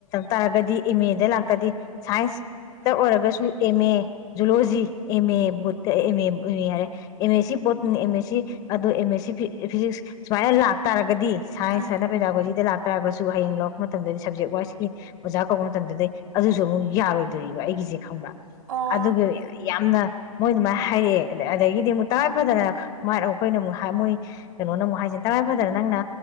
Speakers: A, on the left; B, on the right.
A: ꯇꯥꯔꯒꯗꯤ ꯑꯦꯝ ꯑꯦꯗ ꯂꯥꯛꯇꯤꯗꯤ ꯁꯥꯏꯟꯁꯇ ꯑꯣꯏꯔꯒꯁꯨ M A zoology M A ꯕꯣꯠꯇ ꯑꯦꯝ ꯑꯦ ꯌꯥꯔꯦ ꯑꯦꯝ ꯑꯦ ꯁꯤ ꯕꯣꯠ ꯎꯝ ꯑꯦꯝ ꯑꯦ ꯁꯤ ꯑꯗꯣ ꯑꯦꯝ ꯑꯦ ꯁꯤ ꯐꯤꯖꯤꯛꯁ ꯁꯨꯃꯥꯏꯅ ꯂꯥꯛꯇꯥꯥꯔꯒꯗꯤ ꯁꯥꯏꯟꯁ
B: ꯎꯝ
A: ꯍꯥꯏꯅ ꯕꯦꯗꯥꯒꯣꯖꯤꯗ ꯂꯥꯛꯇꯥꯥꯔꯒꯁꯨ ꯍꯌꯦꯡ ꯂꯧꯔꯛꯄ ꯃꯇꯝꯗꯗꯤ ꯁꯞꯖꯦꯛ ꯋꯥꯏꯁꯀꯤ ꯑꯣꯖꯥ ꯀꯧꯔꯛꯄ ꯃꯇꯝꯗꯗꯤ ꯑꯗꯨꯁꯨ ꯑꯃꯨꯛ ꯌꯥꯔꯣꯏꯗꯣꯔꯤꯕ ꯑꯩꯒꯤꯁꯦ ꯈꯪꯕ꯭ꯔꯥ
B: ꯑꯣ
A: ꯑꯗꯨꯒ
B: ꯎꯝ ꯎꯝ
A: ꯌꯥꯝꯅ ꯃꯣꯏ ꯑꯗꯨꯃꯥꯏꯅ ꯍꯥꯏꯔꯛꯑꯦ ꯑꯗꯒꯤꯗꯤ ꯑꯃꯨꯛ ꯇꯉꯥꯏ ꯐꯗꯅ ꯃꯥꯢꯗꯣ ꯑꯩꯈꯣꯏꯅ ꯑꯃꯨꯛ ꯍꯥꯏ ꯃꯣꯢ ꯀꯩꯅꯣꯅ ꯑꯃꯨꯛ ꯍꯥꯏꯁꯦ ꯇꯉꯥꯏ ꯐꯗꯅ ꯅꯪꯅ